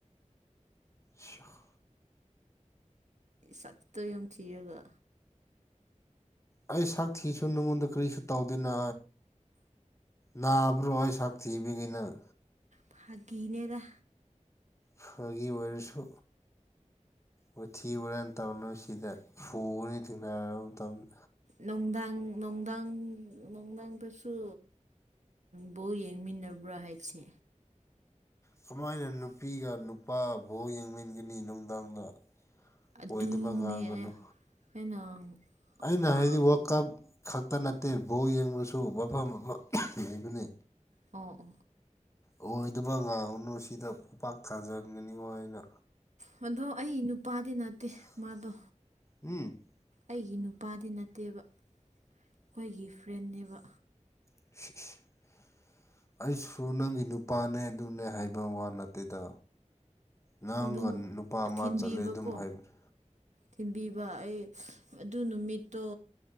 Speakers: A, on the left; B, on the right.
A: ꯁꯤꯑꯥ
B: ꯁꯠꯇꯣ ꯌꯥꯝ ꯊꯤꯔꯒ
A: ꯑꯩ ꯁꯛ ꯊꯤꯁꯨ ꯅꯪꯉꯣꯟꯗ ꯀꯔꯤꯁꯨ ꯇꯧꯗꯦꯅ ꯅꯥꯕ꯭ꯔꯣ ꯑꯩ ꯁꯛ ꯊꯤꯕꯒꯤꯅꯪ
B: ꯐꯥꯒꯤ ꯅꯦꯗ
A: ꯐꯒꯤ ꯑꯣꯏꯔꯁꯨ ꯋꯊꯤ ꯋꯥꯨꯔꯥꯟ ꯇꯧꯅꯨ ꯁꯤꯗ ꯐꯨꯒꯅꯤ ꯊꯦꯡꯅꯔꯕ ꯃꯇꯝꯗ
B: ꯅꯨꯡꯗꯥꯡ ꯅꯨꯡꯗꯥꯡ ꯅꯨꯡꯗꯥꯡꯗꯁꯨ ꯕꯣ ꯌꯦꯡꯃꯤꯟꯅꯕ꯭ꯔꯥ ꯍꯥꯏꯁꯦ
A: ꯀꯃꯥꯏꯅ ꯅꯨꯄꯤꯒ ꯅꯨꯄꯥꯒ ꯕꯣꯜ ꯌꯦꯡꯃꯤꯟꯅꯒꯅꯤ ꯅꯨꯡꯗꯥꯡꯗ
B: ꯑꯗꯨꯅꯦ
A: ꯑꯣꯏꯗꯕ ꯉꯥꯡꯒꯅꯨ
B: ꯑꯩꯅ
A: ꯑꯩꯅ
B: ꯑꯣ
A: ꯍꯥꯏꯗꯤ ꯋꯥꯜ ꯀꯞ ꯈꯛꯇ ꯅꯠꯇꯦ ꯕꯣꯜ ꯌꯦꯡꯉꯨꯆꯣ ꯃꯐꯝ ꯃꯐꯝ ꯂꯩꯕꯅꯤ
B: ꯑꯣ
A: ꯑꯣꯏꯗꯕ ꯉꯥꯡꯉꯨꯅꯨ ꯁꯤꯗ ꯈꯨꯄꯥꯛ ꯊꯥꯖꯟꯒꯅꯤꯉꯣ ꯍꯥꯏꯅ
B: ꯎ ꯑꯗꯣ ꯑꯩ ꯅꯨꯄꯥꯗꯤ ꯅꯠꯇꯦ ꯃꯥꯗꯣ
A: ꯎꯝ
B: ꯑꯩꯒꯤ ꯅꯨꯄꯥꯗꯤ ꯅꯠꯇꯦꯕ ꯑꯩꯈꯣꯏꯒꯤ ꯐ꯭ꯔꯦꯟꯅꯦꯕ
A: <unintelligible> ꯑꯩꯁꯨ ꯅꯪꯒꯤ ꯅꯨꯄꯥꯅꯦ ꯑꯗꯨꯅꯦ ꯍꯥꯏꯕ ꯋꯥ ꯅꯠꯇꯦꯗ ꯅꯪꯒ
B: ꯑꯗꯨꯝ
A: ꯅꯨꯄꯥ ꯑꯃ
B: ꯊꯤꯟꯕꯤꯕꯀꯣ
A: ꯆꯠꯂꯦ ꯑꯗꯨꯝ ꯍꯥꯏꯕꯅꯤ
B: ꯊꯤꯟꯕꯤꯕ ꯑꯩ ꯑꯗꯨ ꯅꯨꯃꯤꯠꯇꯣ